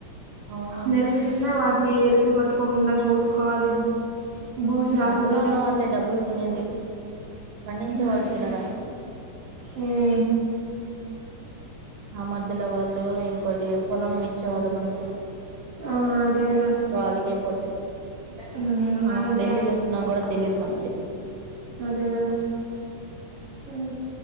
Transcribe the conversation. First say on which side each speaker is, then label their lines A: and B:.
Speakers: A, on the right (about 75°); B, on the right (about 60°).
A: అవును
B: నిలవేసినా వాటిని ఎలుకలు కొట్టకోకుండా చూసుకోవాలి బూజు రాకుండా
A: మధ్యలో ఉన్న వాళ్లే డబ్బులు తినేది పండించేవాడు
B: అది
A: తినడా
B: ఉమ్
A: ఆ మధ్యలో వాళ్ళు ఇంకోొటి పొలం ఇచ్చేవాళ్ళు మనకి
B: ఆ అదే గద
A: వాళ్ళకే పోతాయి
B: ఉమ్ మనకు యాడిస్ మనం
A: అసలు
B: క్యా
A: ఎందుకు ఏస్తున్నాం కూడా తెలియదు మనకి
B: అదే కదా ఆ